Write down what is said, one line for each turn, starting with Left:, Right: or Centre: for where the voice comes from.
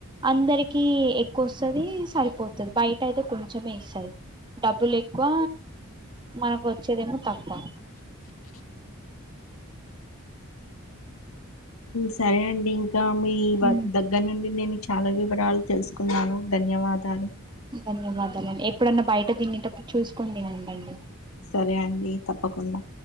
Right: అందరికి ఎక్కువ వస్తుంది సరిపోతది బయ్ అయితే కొంచమే ఇస్తరూ డబ్బులు ఎక్కువ మనకు వచ్చేదేమో తక్కువ
Left: సరే అండి ఇంకా మీ
Right: ఉ
Left: దగ్గర నుండి నేను చాలా వివరాలు తెలుసుకున్నాను ధన్యవాదాలు
Right: ధన్యవాదాలండీ ఎప్పుడన్నా బయట తిినేటప్పుడు చూసుకునీ తినండి
Left: సరే అండి తప్పకుండా